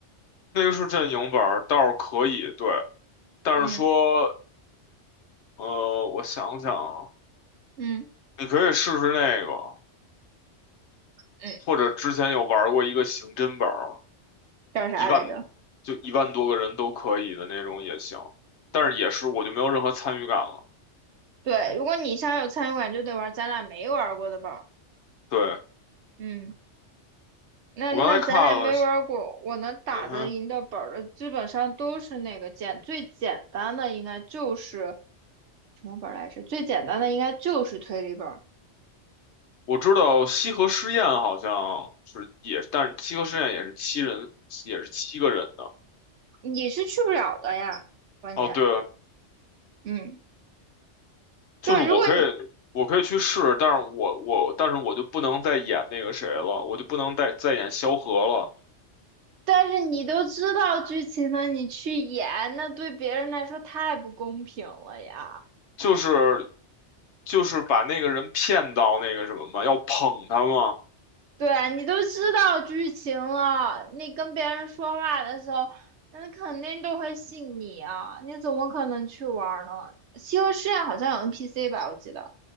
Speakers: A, on the left; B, on the right.
A: 那个是阵营本儿，倒是可以，对，但是说，
B: 嗯
A: 呃，我想想啊，
B: 嗯
A: 你可以试试那个，
B: 嗯，
A: 或者之前有玩过一个刑侦本儿，
B: 叫啥来着？
A: 一万就一万多个人都可以的那种也行，但是也是我就没有任何参与感了。
B: 对，如果你想有参与感，就得玩咱俩没玩过的本儿。
A: 对。
B: 嗯，那那咱俩没玩过，
A: 我刚才看了，
B: 我能打得赢的本儿的，
A: 嗯哼，
B: 基本上都是那个简最简单的，应该就是什么本儿来着？最简单的应该就是推理本儿，
A: 我知道西河试验好像是也，但是西河试验也是七人，也是七个人的。
B: 你是去不了的呀，关键。
A: 哦，对，
B: 嗯，
A: 就是我可以，
B: 就是如果你
A: 我可以去试，但是我我，但是我就不能再演那个谁了，我就不能再再演萧何了，
B: 但是你都知道剧情了，你去演，那对别人来说太不公平了呀。
A: 就是就是把那个人骗到那个什么嘛，要捧他嘛。
B: 对啊你都知道剧情了，你跟别人说话的时候，人肯定都会信你啊，你怎么可能去玩儿呢？西河试验好像有 NPC 吧，我记得。